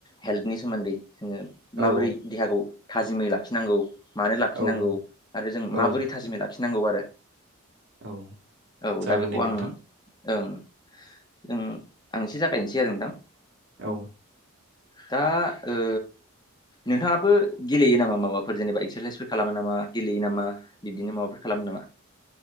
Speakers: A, on the left; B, on the right.
A: हेल्थनि सोमोन्दै जोङो माबोरै
B: औ
A: देहाखौ थाजिमै लाखिनांगौ मानो लाखिनांगौ
B: औ
A: आरो जों
B: औ
A: माबोरै थाजिमै लाखिग नांगौ आरो।
B: औ
A: औ
B: जागोन
A: दा बेखौ
B: दे नोंथां
A: आं ओं ओ आं एसे जागायनोसै आरो नोंथां।
B: औ
A: दा ओ नोंथाङाबो गेलेयो नामा माबाफोर जेनेबा एक्सारसाइसफोर खालामो नामा गेलेयो नामा बिब्दिनो माबाफोर खालामो नामा? <inaudible>